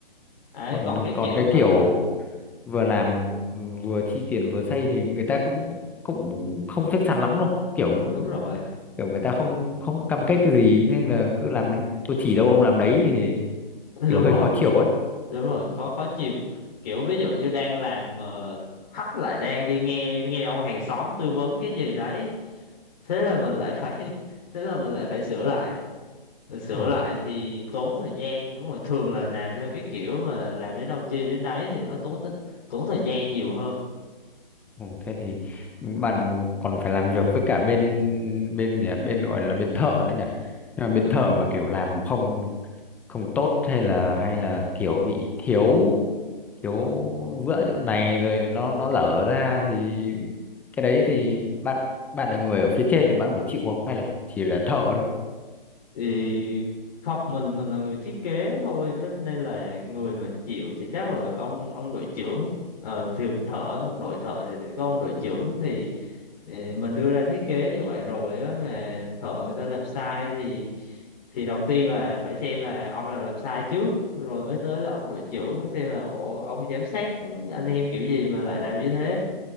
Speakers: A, on the left (about 45°); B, in the centre.
A: ấy
B: Còn
A: còn cái
B: còn
A: kiểu
B: cái
A: mà
B: kiểu vừa làm ừm, vừa chi tiền vừa xây thì người ta cũng cũng không chắc chắn lắm đâu. Kiểu
A: đúng rồi
B: kiểu người ta không không cam kết cái gì nên là cứ làm tôi chỉ đâu ông làm đấy thì
A: <laughs> đúng
B: kiểu hơi
A: rồi
B: khó chịu ấy.
A: đúng rồi khó khó chịu kiểu ví dụ như đang làm mà khách lại đang đi nghe nghe ông hàng xóm tư vấn cái gì đấy thế là mình lại phải <laughs> thế là mình lại phải sửa lại Rồi sửa
B: Ôi
A: lại thì tốn thời gian đúng rồi thường là làm theo cái kiểu mà làm đến đâu chi đến đấy thì nó tốn t- tốn thời gian nhiều hơn
B: Ồ, thế thì bạn còn phải làm việc với cả bên bên nhỉ bên gọi là bên thợ nữa nhỉ nhưng mà bên
A: ừ
B: thợ mà kiểu làm không không tốt hay là hay là kiểu bị thiếu thiếu vữa chỗ này rồi nó nó lở ra thì cái đấy thì bạn bạn là người ở phía trên thì bạn phải chịu không hay là chỉ là thợ thôi
A: thì không mình mình là người thiết kế thôi với- nên là người mà chịu thì chắc là ông ông đội trưởng ờ, thường thợ một đội thợ thì sẽ có ông đội trưởng thì ờ, mình đưa ra thiết kế như vậy rồi á mà thợ người ta làm sai thì thì đầu tiên là phải xem là ông nào làm sai trước rồi mới tới là ông đội trưởng xem là ủa ông giám sát anh em kiểu gì mà lại làm như thế